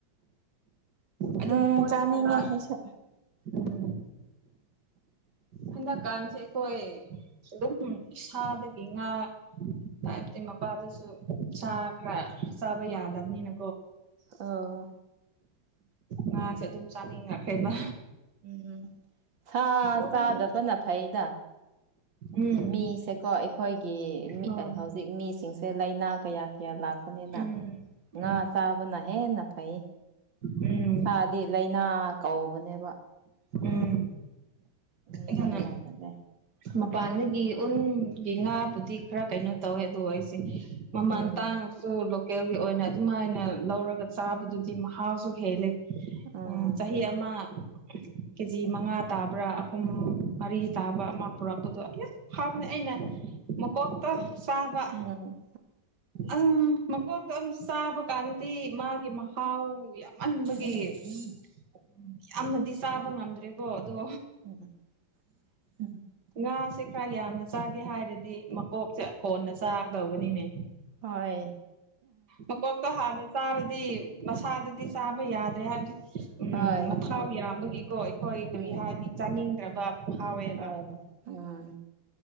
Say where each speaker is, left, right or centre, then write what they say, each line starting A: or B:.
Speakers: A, on the right; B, on the right.
A: ꯑꯗꯨ
B: ꯎꯝ
A: ꯑꯗꯨꯃꯣꯏ
B: ꯆꯥꯅꯤꯡꯉꯦ
A: ꯂ
B: ꯑꯩꯁꯨ
A: ꯎꯝ ꯍꯟꯗꯛꯀꯥꯟꯁꯦ ꯑꯩꯈꯣꯏ ꯑꯗꯨꯝ ꯁꯥꯗꯒꯤ ꯉꯥ ꯍꯥꯏꯕꯗꯤ ꯃꯄꯥꯗꯨꯁꯨ ꯆꯥ ꯈ꯭ꯔ ꯆꯥꯕ ꯌꯥꯗꯕꯅꯤꯅ
B: ꯑꯣ
A: ꯉꯥꯁꯦ ꯑꯗꯨꯝ ꯆꯥꯅꯤꯡꯉꯈ꯭ꯔꯦ ꯃꯥ
B: ꯎꯝ ꯁꯥ
A: ꯎꯝ
B: ꯆꯥꯗꯕꯅ ꯐꯩꯗ
A: ꯎꯝ
B: ꯃꯤꯁꯦꯀꯣ ꯑꯩꯈꯣꯏꯒꯤ
A: ꯍꯣꯏ
B: ꯍꯧꯖꯤꯛ ꯃꯤꯁꯤꯡꯁꯦ ꯂꯥꯏꯅꯥ ꯀꯌꯥ ꯀꯌꯥ ꯂꯥꯛ ꯑꯅꯤꯅ
A: ꯎꯝ
B: ꯉ
A: ꯎꯝ
B: ꯆꯥꯕꯅ ꯍꯦꯟꯅ ꯐꯩ
A: ꯎꯝ
B: ꯁꯥꯗꯤ ꯂꯥꯏꯅꯥ ꯀꯧꯕꯅꯦꯕ
A: ꯎꯝ
B: ꯑꯣꯏꯅꯥꯍ
A: ꯑꯗꯨꯅ
B: ꯌꯥꯝꯃꯜꯂꯦ
A: ꯃꯄꯥꯟꯗꯒꯤ ꯎꯟꯒꯤ ꯉꯥꯕꯨꯗꯤ ꯈꯔ ꯀꯩꯅꯣ ꯇꯧꯋꯦ ꯑꯗꯨ ꯑꯩꯁꯦ ꯃꯃꯥꯟ
B: ꯎꯝ
A: ꯇꯥꯡꯉꯁꯨ ꯂꯣꯀꯦꯜꯒꯤ ꯑꯣꯏꯅ ꯑꯗꯨꯝ ꯍꯥꯏꯅ ꯂꯧꯔꯒ ꯆꯥꯕꯗꯨꯗꯤ ꯍꯥꯎꯁꯨ ꯍꯦꯜꯂꯤꯦ
B: ꯎꯝ
A: ꯎ ꯆꯍꯤ ꯑꯃ ꯀꯦꯖꯤ ꯃꯉꯥ ꯇꯥꯕ꯭ꯔꯥ ꯑꯍꯨꯝ ꯃꯔꯤ ꯇꯥꯕ ꯄꯨꯔꯛꯄꯗꯣ ꯑ ꯐꯥꯕꯅꯦ ꯑꯩꯅ ꯃꯀꯣꯛꯇ ꯆꯥꯕ
B: ꯎꯝ
A: ꯑꯗꯨꯝ ꯃꯀꯣꯛꯇꯣ ꯑꯗꯨꯝ ꯆꯥꯕ ꯀꯥꯟꯗꯗꯤ ꯃꯥꯒꯤ ꯃꯍꯥꯎ ꯌꯥꯝꯃꯟꯕꯒꯤ ꯎ ꯌꯥꯝꯅꯗꯤ ꯆꯥꯕ ꯉꯝꯗ꯭ꯔꯦꯀꯣ ꯑꯗꯣ
B: ꯎꯝ ꯎꯝ
A: ꯉꯥꯁꯦ ꯈꯔ ꯌꯥꯝꯅ ꯆꯥꯒꯦ ꯍꯥꯏꯔꯗꯤ ꯃꯀꯣꯛꯁꯦ ꯀꯣꯟꯅ ꯆꯥꯒꯗꯧꯕꯅꯤꯅꯦ
B: ꯍꯣꯏ
A: ꯃꯀꯣꯛꯛꯇ ꯍꯥꯟꯅ ꯆꯔ ꯃꯁꯥꯗꯗꯤ ꯆꯥꯕ ꯌꯥꯗ꯭ꯔꯦ ꯍꯥꯏꯕꯗꯤ ꯎꯝ
B: ꯍꯣꯏ
A: ꯃꯊꯥꯎ ꯌꯥꯝꯕꯒꯤ ꯑꯣꯣ ꯑꯩꯈꯣꯏ ꯑꯗꯨꯔꯤꯍꯥꯟꯅꯤ
B: ꯎꯝ
A: ꯆꯥꯅꯤꯡꯗ꯭ꯔꯕ ꯐꯥꯎꯋꯦꯕ
B: ꯑꯥ ꯎꯝ